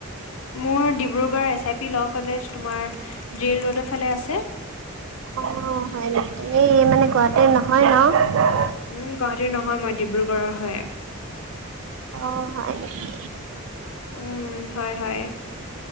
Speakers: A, on the left; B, on the right.
A: মোৰ ডিব্ৰুগড়ৰ S I P law college তোমাৰ জেইল ৰ'ডৰ ফালে আছে।
B: অ' হয় নেকি? তুমি মানে গুৱাহাটীৰ নহয় ন?
A: উম গুৱাহাটীৰ নহয় মই ডিব্ৰুগড়ৰৰ হয়।
B: অ হয় নেকি?
A: উম হয় হয়।